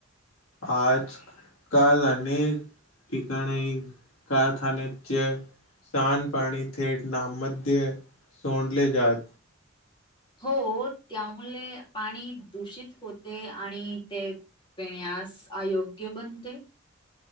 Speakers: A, on the left (about 75°); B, on the left (about 25°).
A: आजकाल अनेक ठिकाणे कारखान्याचे. सांड पाणी थेट ना मध्ये सोडले जात.
B: हो. त्यामुळे पाणी दूषित होते आणि ते पिण्यास अयोग्य बनते.